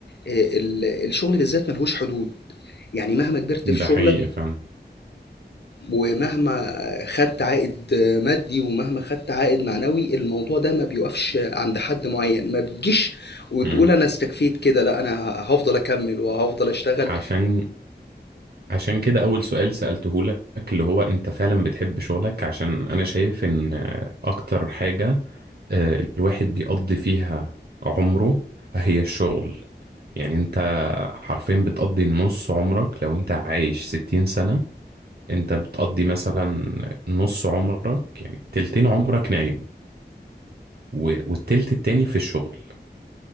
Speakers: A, on the left; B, on the right.
A: آه، ال- الشغل بالذات ملهوش حدود يعني مهما كبرت
B: ده
A: في شغلك
B: حقيقي فعلا
A: ومهما خدت عائد آه، مادي ومهما خدت عائد معنوي الموضوع ده ما بيوقفش عند حد معين ما بتجيش وتقول
B: مم.
A: أنا استكفيت كده لأ أنا هفضل أكمل وهفضل أشتغل
B: عشان عشان كده أول سؤال سألته لك اللي هو أنت فعلا بتحب شغلك عشان أنا شايف إن آه، أكتر حاجة آه، الواحد بيقضي فيها عمره هي الشغل يعني أنت حرفيا بتقضي نص عمرك لو أنت عايش ستين سنة أنت بتقضي مثلا نص عمرك يعني تلتين عمرك نايم و- والتلت التاني في الشغل